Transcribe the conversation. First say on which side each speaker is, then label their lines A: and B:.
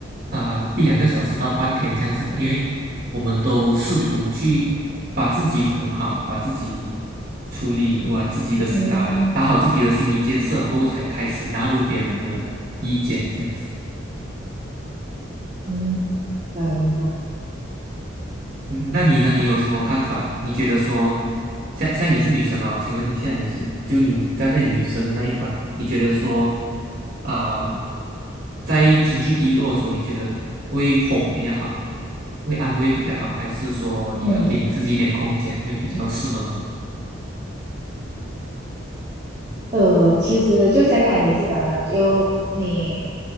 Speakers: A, on the right; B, on the right.
A: 啊、一两个小时到半天这样子吧，因为我们都试图去把自己哄好，把自己处理完自己的心，
B: 嗯
A: 打打好自己的心理建设过后，才开始纳入别人的意见，这样子。
B: 嗯，明白明白。
A: 嗯那你呢？你有什么看法？
B: 好，
A: 你觉得说，像像你是女生吧？我请问你现在你是就你站在女生的那一方，你觉得说，啊、在情绪低落的时候，你觉得会哄比较好，会安慰比较好，还是说你要给你自己一点空间会比较适合呢？
B: 嗯，呃，其实就像刚才你讲的，就你